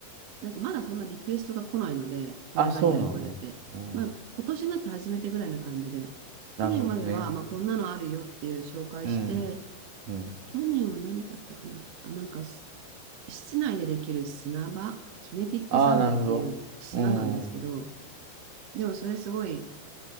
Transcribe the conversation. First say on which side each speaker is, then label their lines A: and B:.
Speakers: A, on the right (about 70°); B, on the right (about 55°).
A: なんかまだそんなリクエストが来ないので、これがやれこれって。
B: あ、そうなのね。うん。
A: まあ、今年になって初めてぐらいな感じで、
B: なるほどね。
A: 去年までは、まあ、こんなのあるよっていう紹介して、
B: うん。うん。
A: 去年は何買ったかなあ、なんか、室内でできる砂場、キネティックサンドっていう砂なんですけど、
B: ああ、なるほど。うん。うん。
A: でもそれすごい